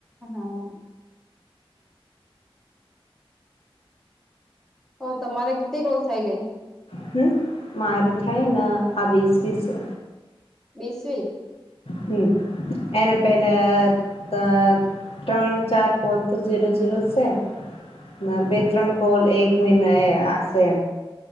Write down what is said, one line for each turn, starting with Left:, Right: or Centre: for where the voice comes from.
Centre: હા હ તમારે કેટલી કોલ થઈ ગઈ?
Left: હમ મારે થાયને આ વિશેમી છે
Centre: બીસવી.
Left: હમ એને પેલા અ ત્રણ ચાર કોલ તો ઝીરો ઝીરો છે. ના
Centre: હા
Left: બે ત્રણ કોલ એક મહિના એ આશે